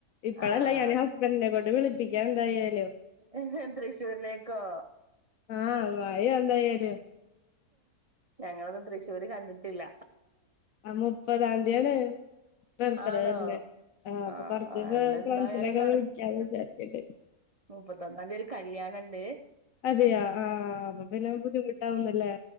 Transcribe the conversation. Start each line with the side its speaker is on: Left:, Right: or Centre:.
Left: ഇപ്പഴല്ല
Right: ആ
Left: ഞാന് ഹസ് ബൻഡ്നെകൊണ്ട് വിളിപ്പിക്കാം എന്തായാലും
Right: എന്ത് തൃശ്ശൂരിലേക്കോ
Left: ആഹ് വായോ എന്തായാലും
Right: ഞങ്ങളൊന്നും തൃശ്ശൂര് കണ്ടിട്ടില്ല
Left: അ മുപ്പതാംതിയാണ് ബെർത്ത്ഡേ
Right: ആണോ
Left: വര്നെ ആഹ്
Right: ആ
Left: അപ്പൊ കൊറച്ച്
Right: അന്ന് എന്തായാലും
Left: ഫ്രൻസിനൊക്കെ വിളിക്കാന്ന് വിചാരിക്ക്ണ്ട്.
Right: മുപ്പത്തൊന്നാംതി ഒരു കല്യാണണ്ട്
Left: അതെയോ ആഹ് അപ്പൊ പിന്നെ ബുദ്ധിമുട്ടാവുന്നല്ലേ